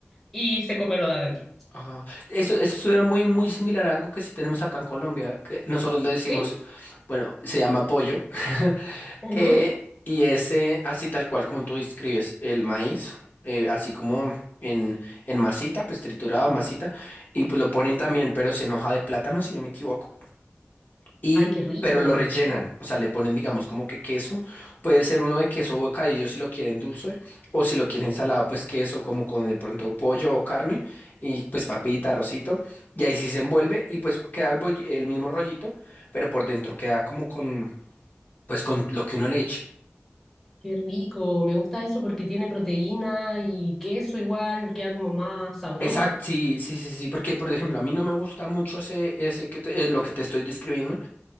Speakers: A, in the centre; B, on the left.
A: y se come lo de adentro.
B: Ajá. Eso, eso suena muy, muy similar a algo que sí tenemos acá en Colombia, que nosotros le decimos,
A: ¿Sí?
B: bueno, se llama bollo, <laughs>
A: Ujú.
B: eh, y es eh, así tal cual como tú describes, el maíz, eh, así como en, en masita, pues triturado, masita, y pues lo ponen también, pero es en hoja de plátano, si no me equivoco y
A: Ay, qué rico,
B: pero lo rellenan, o sea, le ponen, digamos, como que queso, puede ser uno de queso bocadillo si lo quieren dulce, o si lo quieren salado, pues queso, como con de pronto pollo o carne, y pues papita, arrocito, y ahí sí se envuelve, y pues queda el, boll- el mismo rollito, pero por dentro queda como con, pues con lo que uno le eche.
A: qué rico. Me gusta eso porque tiene proteína y queso igual, queda como más sabroso.
B: Exacto, sí, sí, sí, sí, porque por ejemplo, a mí no me gusta mucho ese, ese que te- eh, lo que te estoy describiendo,